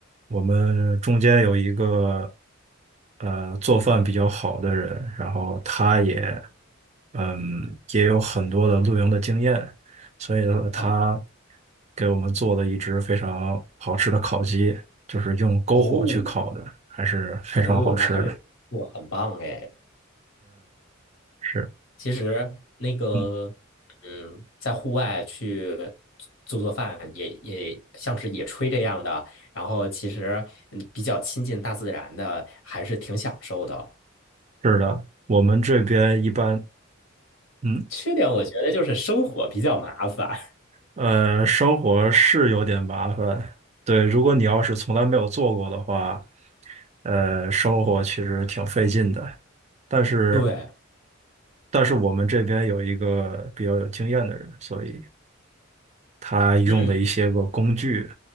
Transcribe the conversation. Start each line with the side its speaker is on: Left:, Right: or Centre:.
Right: 我们中间有一个呃做饭比较好的人，然后他也嗯也有很多的露营的经验，所以说他
Left: 哦。
Right: 给我们做了一只非常好吃的烤鸡，就是用篝火去烤的，
Left: 哦
Right: 还是非常好吃的。
Left: 哦，那还是不错，很棒哎。
Right: 嗯，是。
Left: 其实那个，
Right: 嗯。
Left: 嗯，在户外去做做饭也，也像是野炊这样的，然后其实嗯，比较亲近大自然的，还是挺享受的。
Right: 是的，我们这边一般嗯，
Left: 缺点我觉得就是生火比较麻烦。
Right: 呃，生活是有点麻烦。对，如果你要是从来没有做过的话，呃，生活其实挺费劲的。但是，
Left: <laughs> 对，
Right: 但是我们这边有一个比较有经验的人，所以他用的一些个工具，
Left: 嗯，